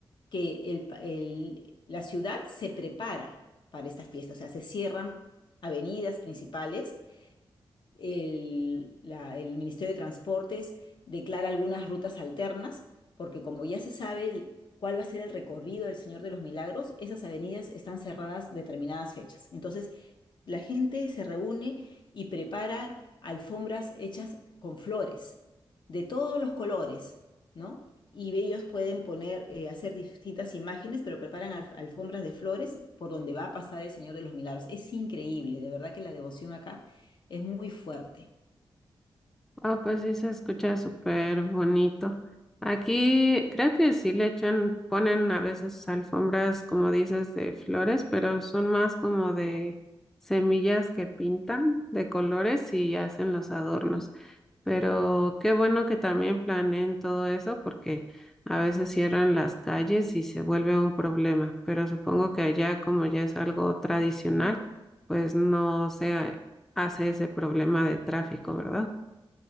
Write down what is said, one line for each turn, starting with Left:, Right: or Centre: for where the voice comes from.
Left: que el, pa- el- la ciudad se prepara para esta fiesta, o sea, se cierran avenidas principales el, la- el Ministerio de Transportes declara algunas rutas alternas, porque como ya se sabe el- cuál va a ser el recorrido del Señor de los Milagros, esas avenidas están cerradas determinadas fechas. Entonces, la gente se reúne y prepara alfombras hechas con flores de todos los colores, ¿no? Y ellos pueden poner, eh, hacer distintas imágenes, pero preparan alf- alfombras de flores por donde va a pasar el Señor de los Milagros. Es increíble, de verdad que la devoción acá es muy fuerte.
Centre: Ah, pues sí se escucha súper bonito. Aquí creo que sí le echan, ponen a veces alfombras, como dices, de flores, pero son más como de semillas que pintan de colores y hacen los adornos. Pero qué bueno que también planeen todo eso porque a veces cierran las calles y se vuelve un problema. Pero supongo que allá, como ya es algo tradicional, pues no se hace ese problema de tráfico, ¿verdad?